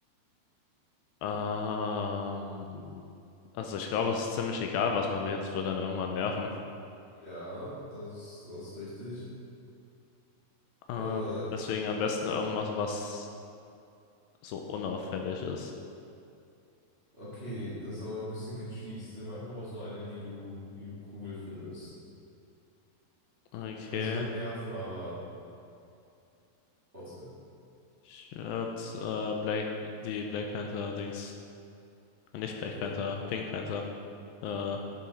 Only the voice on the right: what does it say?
Ja, das ist, das ist richtig.
Äh,
Okay, das ist aber ein bisschen gecheest. Nimm einfach mal so eine, die du, die du cool findest.
Also sie wird nerven, aber trotzdem.
Okay.